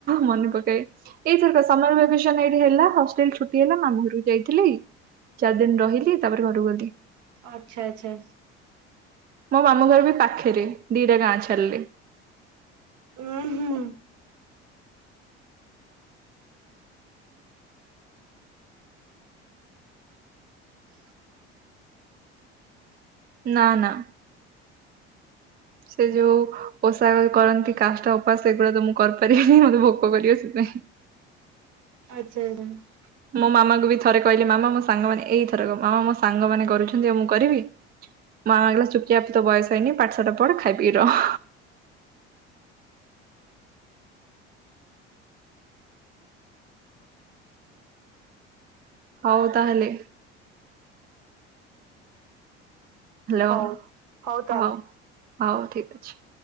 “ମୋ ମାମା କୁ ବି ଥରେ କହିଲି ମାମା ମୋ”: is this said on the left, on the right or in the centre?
Right